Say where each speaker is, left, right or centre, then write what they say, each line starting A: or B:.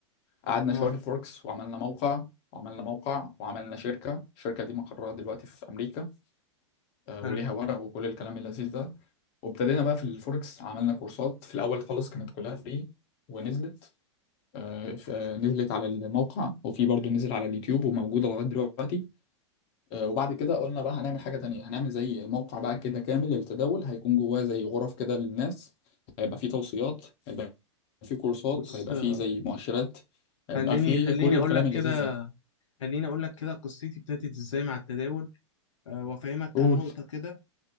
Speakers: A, on the left (about 40°); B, on the left (about 75°).
A: قعدنا
B: اه
A: شويه في فوركس وعملنا موقع وعملنا موقع وعملنا شركه الشركه دي مقرها دلوقتي في امريكا آه،
B: حلو
A: وليها ورق وكل الكلام اللذيذ ده وابتدينا بقى في الفوركس عملنا كورسات في الاول خالص كانت كلها فري ونزلت آه، ف- آه، نزلت على الموقع وفي برضو نزل على اليوتيوب وموجوده لغايه دلوقتي آه، وبعد كده قلنا بقى هنعمل حاجه تانية هنعمل زي موقع بقى كده كامل للتداول هيكون جواه زي غرف كده للناس هيبقى فيه توصيات هيبقى فيه كورسات
B: بص
A: هيبقى
B: آه،
A: فيه زي مؤشرات هيبقى
B: خليني
A: فيه
B: خليني
A: كل
B: اقول
A: الكلام
B: لك
A: اللذيذ
B: كده
A: ده
B: خليني اقول لك كده قصتي ابتدت ازاي مع التداول آه وافهمك كام
A: قول
B: نقطة كده